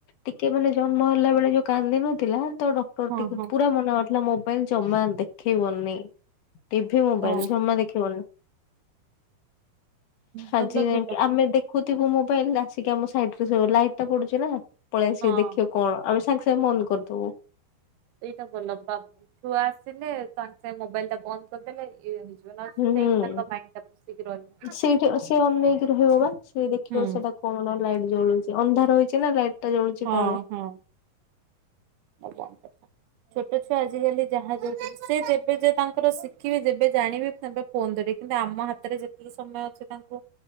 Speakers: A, on the left (about 65°); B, on the right (about 80°).
A: ଟିକେ ମାନେ ଜନ୍ମ ହେଲା ବେଳେ ଯୋଉ କାନ୍ଦିନଥିଲା ତ ଡକ୍ଟର
B: ହଁ
A: ଟିକେ
B: ହଁ
A: ପୁରା ମନା କରିଥିଲା ମୋବାଇଲ ଜମା ଦେଖେଇବନି। ଟିଭି ମୋବାଇଲ
B: ହଁ
A: ଜମା ଦେଖେଇବନି
B: ଭଲ
A: ଆଜି
B: ସେଇଟା
A: ଆମେ ଦେଖୁଥିବୁ ମୋବାଇଲ ଆସିକି ଆମ ସାଇଡରେ ଲାଇଟ ଟା ପଡୁଛି ନା ପଳେଇ ଆସିକି
B: ହଁ।
A: ଦେଖିବ କଣ ଆମ ସାଙ୍ଗ ସାଙ୍ଗେ ବନ୍ଦ୍ କରିଦୋବୁ।
B: ଏଇଟା ଭଲ ବା ଛୁଆ ଆସିଲେ ସାଙ୍ଗେ ସାଙ୍ଗେ ମୋବାଇଲ ଟା ବନ୍ଦ କରିଦେଲେ ଇଏ ହେଉଛି। ନହେଲେ ସେ
A: ହୁଁ
B: ସେଇଠି
A: ହୁଁ।
B: ତାଙ୍କ ମାଇଣ୍ଡ ଟା ପଶିକି ରହିବ।
A: ସେଇଠି ସେ ଅନେଇକି ରହିବ ବା ସେ ଦେଖିବ
B: ହୁଁ
A: ସେଟା କଣ ଲାଇଟ୍ ଜଳୁଛି ଅନ୍ଧାର ହେଇଛି ନା ଲାଇଟ ଟା ଜଳୁଛି
B: ହଁ
A: କଣ
B: ହଁ ଆଜ୍ଞା। ଛୋଟ ଛୁଆ ଆଜିକାଲି ଯାହା ଯୋଉଠି ସେ ଯେବେ ଯେ ତାଙ୍କର ଶିଖିବି ଯେବେ ଜାଣିବେ ସେବେ ଫୋନ ଧରିକି କିନ୍ତୁ ଆମ ହାତରେ ଯେତିକି ସମୟ ଅଛି ତାଙ୍କୁ